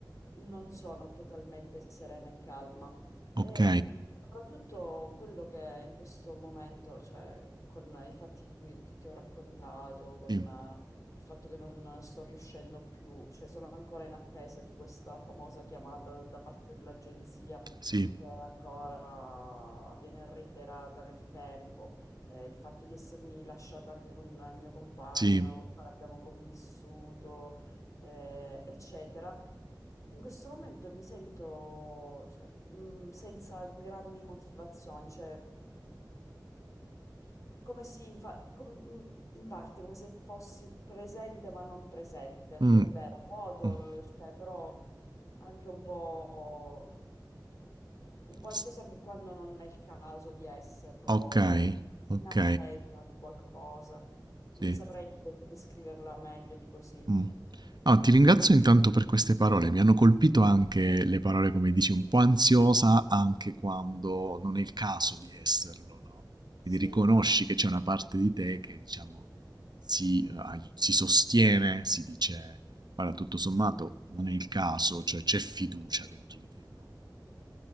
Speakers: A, on the left; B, on the right.
A: non sono totalmente serena e calma.
B: ok,
A: E mh, soprattutto quello che in questo momento, cioè con i fatti di cui che ti ho raccontato, con
B: sì,
A: eh, il fatto che non sto riuscendo più, cioè sono ancora in attesa di questa famosa chiamata da parte dell'agenzia che
B: sì,
A: ancora viene reiterata nel tempo eh, il fatto di essermi lasciata anche con il mio compagno,
B: sì.
A: con il quale abbiamo convissuto, eh, eccetera. In questo momento mi sento, cioè, mh, senza grandi motivazioni, cioè come si infa- com- mh, in parte come se fossi presente ma non presente,
B: Mm,
A: è vero, vuoto,
B: mm.
A: eh, cioè, però anche un po' un po' ansiosa
B: S-
A: anche quando non è il caso di esserlo,
B: Ok, ok,
A: in attesa di qualcosa. Non
B: sì.
A: saprei de- descriverla meglio di così.
B: Mh. No, ti ringrazio intanto per queste parole. Mi hanno colpito anche le parole, come dici, un po' ansiosa anche quando non è il caso di esserlo, no, quindi
A: Sì.
B: riconosci che c'è una parte di te che diciamo si, uhm, ai si sostiene, si dice: "Guarda, tutto sommato non è il caso", cioè c'è fiducia dentro di te, no?